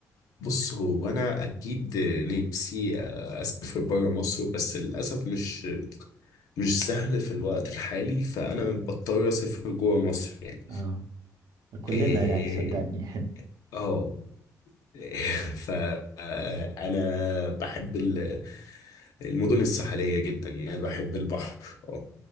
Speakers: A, on the left; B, on the right.
A: بص هو انا اكيد نفسي اسافر بره مصر بس للاسف مش مش سهل في الوقت الحالي فانا بضطر اسافر جوه مصر يعني
B: اه كلنا
A: إيه،
B: يعني صدقني
A: اه <laughs> فانا بحب ال- المدن الساحليه جدا يعني بحب البحر اه